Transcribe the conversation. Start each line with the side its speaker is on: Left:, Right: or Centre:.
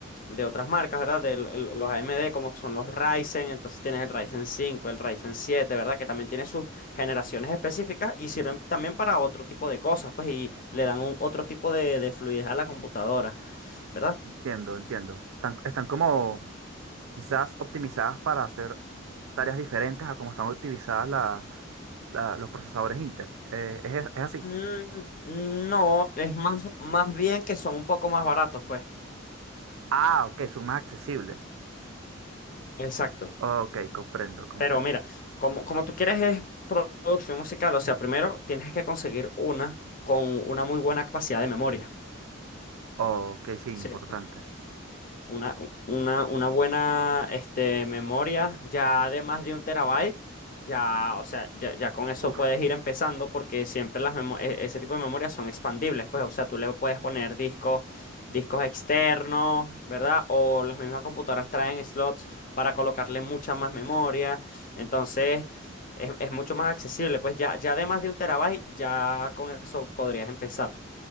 Left: mm, de otras marcas, ¿verdad? De lo- lo- los AMD, como son los Ryzen, entonces tienes el Ryzen cinco, el Ryzen siete, ¿verdad? Que también tiene sus generaciones específicas y sirven también para otro tipo de cosas, pues, y le dan un- otro tipo de, de fluidez a la computadora, ¿verdad?
Right: entiendo, entiendo. Están, están como quizás optimizadas para hacer tareas diferentes a como están optimizadas la- la- los procesadores Inter. Eh, ¿es, es así?
Left: Mm, no, es más, más bien que son un poco más baratos, pues.
Right: Ah, ok, son más accesibles.
Left: Exacto.
Right: Ok, comprendo, comprendo.
Left: Pero mira, como, como tú quieres es producción musical, o sea, primero tienes que conseguir una con una muy buena capacidad de memoria.
Right: Ok, sí, importante.
Left: ¿cierto? Una, u- una, una buena este, memoria ya de más de un terabyte, ya, o sea, ya, ya con eso
Right: Uf,
Left: puedes ir empezando porque siempre las memo- e- ese tipo de memorias son expandibles, pues, o sea, tú le puedes poner discos, discos externos, ¿verdad? O las mismas computadoras traen slots para colocarle mucha más memoria, entonces es, es mucho más accesible, pues ya, ya de más de un terabyte, ya con eso podrías empezar.